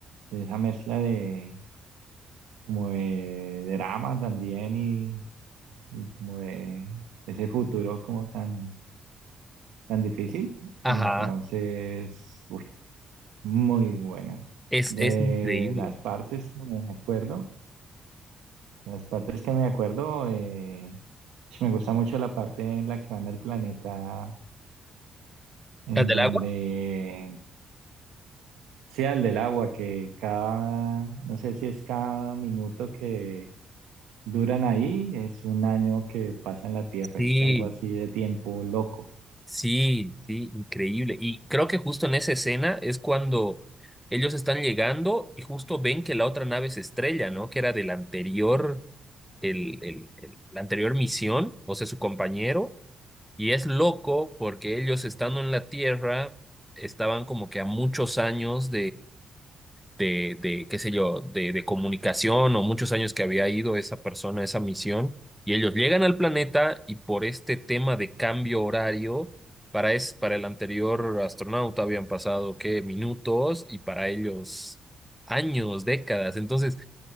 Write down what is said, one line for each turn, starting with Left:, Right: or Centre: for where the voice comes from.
Right: de esa mezcla de como de drama también y, y como de ese futuro como tan, tan difícil.
Centre: ajá.
Right: Entonces, uy, muy buena.
Centre: Es,
Right: De
Centre: es increíble.
Right: las partes, no me acuerdo. Las partes que me acuerdo, eh, sí, me gusta mucho la parte en la que van al planeta, en
Centre: ¿La del
Right: donde
Centre: agua?
Right: sea el del agua, que cada, no sé si es cada minuto que duran ahí, es un año que pasa en la Tierra,
Centre: Sí.
Right: es algo así de tiempo loco.
Centre: Sí, sí, increíble. Y creo que justo en esa escena es cuando ellos están llegando y justo ven que la otra nave se estrella, ¿no? Que era del anterior, el, el, el- la anterior misión, o sea, su compañero. Y es loco porque ellos estando en la Tierra estaban como que a muchos años de, de, qué sé yo, de, de comunicación o muchos años que había ido esa persona a esa misión, y ellos llegan al planeta y por este tema de cambio horario, para, es, para el anterior astronauta habían pasado, ¿qué? Minutos y para ellos años, décadas. Entonces,